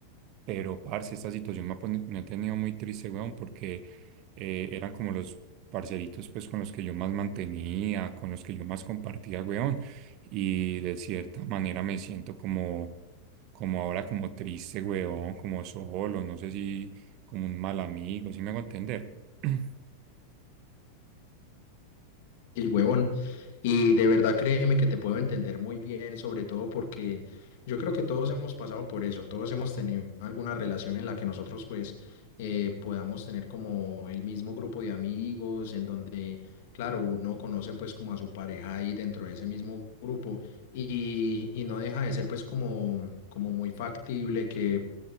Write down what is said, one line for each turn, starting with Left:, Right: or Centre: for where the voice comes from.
Right: Pero, parce, esta situación me ha, poni- me ha tenido muy triste, weón, porque eh, eran como los parceritos, pues, con los que yo más mantenía, con los que yo más compartía, weón. Y de cierta manera me siento como, como ahora, como triste, weón, como solo, no sé si como un mal amigo, si me hago entender? <clears throat>
Left: el huevón. Y de verdad créeme que te puedo entender muy bien, sobre todo porque yo creo que todos hemos pasado por eso, todos hemos tenido alguna relación en la que nosotros pues eh, podamos tener como el mismo grupo de amigos, en donde, claro, uno conoce pues como a su pareja ahí dentro de ese mismo grupo y, y no deja de ser pues como, como muy factible que